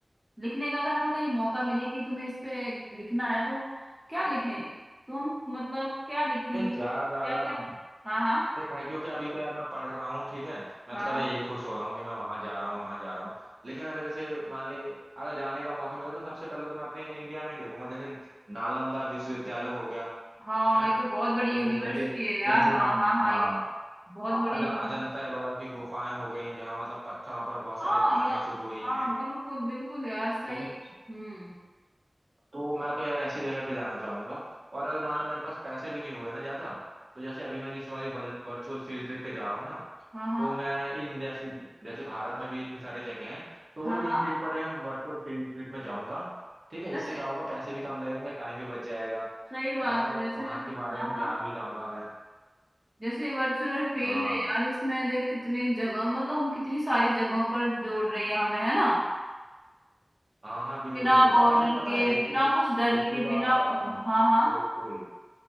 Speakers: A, in the centre; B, on the right.
A: लिखने का अगर हमें कहीं मौका मिले कि तुम्हें इस पे लिखना है तो क्या लिखें तो हम मतलब क्या लिखेंगे
B: देख
A: तो
B: यार
A: क्या
B: अगर
A: क्या हाँ हाँ
B: देख भाई क्योंकि अभी तो यार मैं पढ़ रहा हूँ ठीक है मैं
A: हाँ
B: तो पहले यही खुश हो रहा हूँ कि मैं वहां जा रहा हूँ वहां जा रहा हूँ लेकिन अगर जैसे मान ले अगर जाने का मौका मिला तो सबसे पहले तो मैं अपने इंडिया में ही देखूंगा जैसे नालंदा विश्वविद्यालय हो गया
A: हाँ
B: है ना
A: ये तो बहुत बड़ी
B: तो
A: यूनिवर्सिटी
B: जैसे तूने
A: है यार
B: सुना
A: हाँ
B: हो
A: हाँ
B: हाँ
A: हाँ ये तो बहुत
B: अ-
A: बड़ी
B: अज, अजंता
A: हाँ
B: एलोरा की गुफाएं हो गई जहाँ मतलब पत्थरों पर बहुत सारी
A: हाँ
B: कहानियां
A: या
B: छुपी हुई हैं
A: हाँ बिल्कुल बिल्कुल यार सही
B: ठीक है
A: हम्म
B: तो मैं तो यार ऐसी जगह पे जाना चाहूंगा और अगर मान लो मेरे पास पैसे भी नहीं हुए ना ज्यादा तो जैसे अभी मैं इस बार वर्चुअल फील्ड ट्रिप पे जा रहा हूँ ना
A: हाँ हाँ
B: तो मैं इन जैसे जैसे भारत में भी इतनी सारी जगह हैं तो
A: हाँ
B: इन
A: हाँ
B: ट्रिप पर भी हम वर्चुअल फील्ड ट्रिप में जाऊंगा ठीक है
A: वैसे
B: इससे क्या होगा पैसे भी कम लगेंगे टाइम भी बच जाएगा
A: सही बात
B: और मतलब
A: है वैसे
B: वहाँ
A: वैसे
B: के बारे
A: हाँ
B: में
A: हाँ
B: जान भी जाऊंगा मैं
A: जैसे वर्चुअल फील्ड
B: हाँ
A: है यार इसमें देख कितनी जगह मतलब हम कितनी सारी जगहों पर जोड़ रही है हमें है ना
B: हाँ हाँ बिल्कुल
A: बिना
B: बिल्कुल
A: बॉर्डर
B: और तुझे पता
A: के
B: है एक
A: बिना
B: चीज
A: कुछ डर
B: एक
A: के
B: चीज
A: बिना
B: और बताता
A: कुछ
B: हूँ
A: हाँ हाँ
B: बिल्कुल